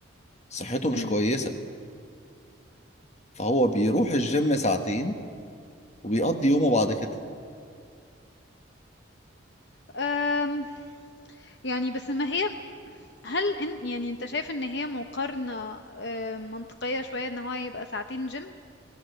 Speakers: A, on the left; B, on the left.
A: صحته مش
B: امم
A: كويسة فهو بيروح الجيم ساعتين وبيقضي يومه بعد كده
B: أم، يعني بس ما هي هل إن يعني انت شايف ان هي مقارنة أم، منطقية شوية ان هو يبقى ساعتين جيم